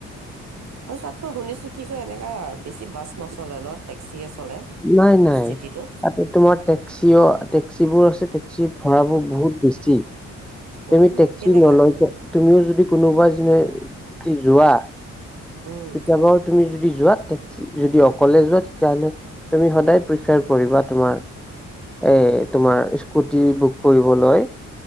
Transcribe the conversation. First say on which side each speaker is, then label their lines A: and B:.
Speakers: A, on the right; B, in the centre.
A: আৰু তাত মই শুনিছো কি কয় এনেকা বেছি বাছ নচলে ন, টেক্সিয়ে চলে।
B: নাই নাই,
A: চিটিটোত
B: তাতে তোমাৰ টেক্সিও টেক্সিবোৰ আছে টেক্সিৰ ভৰাবোৰ বহুত বেছি, তুমি
A: অ
B: টেক্সি
A: কেনেকা
B: নলকে তুমিও যদি কোনোবা যেনে যদি যোৱা,
A: উম
B: কেতিয়াবাও তুমি যদি যোৱা টেক্সি যদি অকলে যোৱা তেতিয়াহ'লে তুমি সদায় প্ৰিফাৰ কৰিবা তোমাৰ এ তোমাৰ স্কুটি বুক কৰিবলৈ।